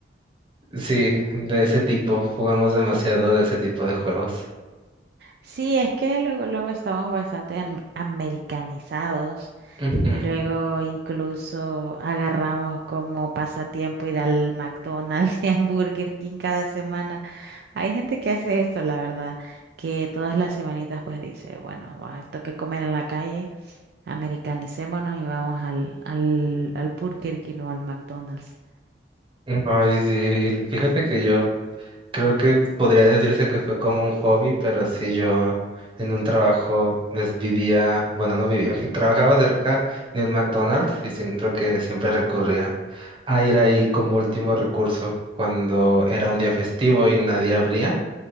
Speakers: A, on the right; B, on the right.
A: sí, de ese tipo, jugamos demasiado de ese tipo de juegos.
B: Sí, es que luego, luego estamos bastante am- americanizados
A: Ujú.
B: y luego incluso agarramos como pasatiempo ir al McDonald's <laughs> y al Burger King cada semana. Hay gente que hace esto, la verdad, que todas las semanitas pues dice, bueno, va, toque comer en la calle, americanicémonos y vamos al, al, al Burger King o al McDonald's.
A: Ay, sí, fíjate que yo Creo que podría decirse que fue como un hobby, pero sí yo en un trabajo pues, vivía, bueno, no vivía, <laughs> trabajaba cerca de un McDonald's y siento que siempre recurría a ir ahí como último recurso cuando era un día festivo y nadie abría